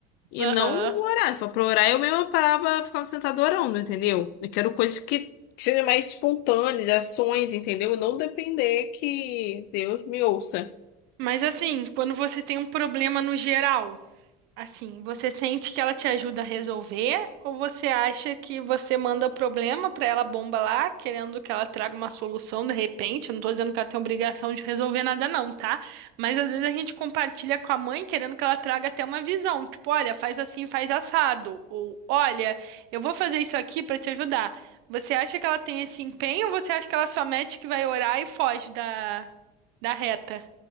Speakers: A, on the left (about 60°); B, on the right (about 65°).
A: E
B: Aham.
A: não orar. Se for pra orar, eu mesma parava, ficava sentada orando, entendeu? Eu quero coisas que, que sejam mais espontâneas, ações, entendeu? E não depender que Deus me ouça.
B: Mas assim, quando você tem um problema no geral. Assim, você sente que ela te ajuda a resolver ou você acha que você manda o problema pra ela bomba lá, querendo que ela traga uma solução de repente? Eu não tô dizendo que ela tem obrigação de resolver nada não, tá? Mas às vezes a gente compartilha com a mãe querendo que ela traga até uma visão, tipo, olha, faz assim, faz assado, ou olha, eu vou fazer isso aqui pra te ajudar. Você acha que ela tem esse empenho ou você acha que ela só mete que vai orar e foge da da reta?